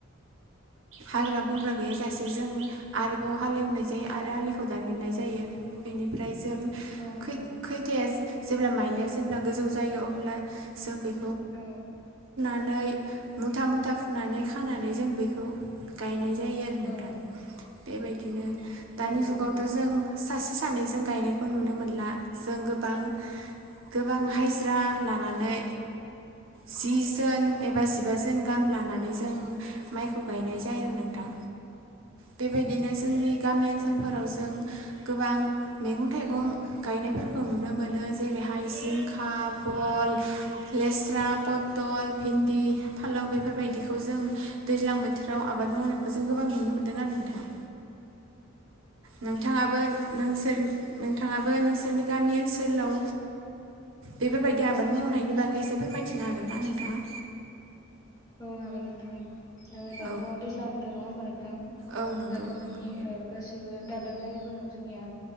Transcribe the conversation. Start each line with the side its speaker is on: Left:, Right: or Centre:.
Right: हाग्रा बंग्रा गैयाजासे जों आरोबाव हालेवनाय जायो
Left: औ
Right: आरो आलिखौ दानफिननाय जायो बेनिफ्राय जों
Left: नंगौ
Right: खै खैथाया जेब्ला माइलिया जेब्ला गोजौ जायो अब्ला जों बे
Left: औ
Right: नै मुथा मुथा फुनानै खानानै जों बेखौ गायनाय जायो आरो नोंथां
Left: औ नंगौ औ
Right: बेबायदिनो दानि
Left: औ नंगौ औ नंगौ
Right: जुगावथ' जों सासे सानै गनायखौ नुनो मोनला जों गोबां गोबां हाय ज्रा लानानै जिजोन एबा जिबा जोन‌लान गाम लानानै जों माइखौ गायनाय जायो आरो नोंथां बेबायदिनो जोंनि गामि ओनसोलफोराव जों गोबां मैगं थाइगं
Left: औ
Right: गायनायफोरखौ नुनो मोनो जेरैहाय जिंखा भल लेस्रा पट टल भिन्दि फालौ बेफोरबायदिखौ जों दैज्लां बोथोराव आबाद मावनायखौ जों गोबां नुनो मोन्दों आरो नोंथाङा नोंथाङाबो नोंसोरनि नोंथाङाबो नों सोरनि गामि ओनसोलाव बेफोरबायदि
Left: औ
Right: आबाद मावनायनि बागै एसे फोरबाय थिनो हागोन ना नोंथाङा
Left: औ हागोन नोंथां दाथ'
Right: औ
Left: दैज्लां बोथोर नङा होमबा नोंथां
Right: औ नंगौ
Left: दाथ' जोंनि
Right: नंगौ
Left: ओ गासि बो दाब दाब जायगाफोरावनो जोंनिया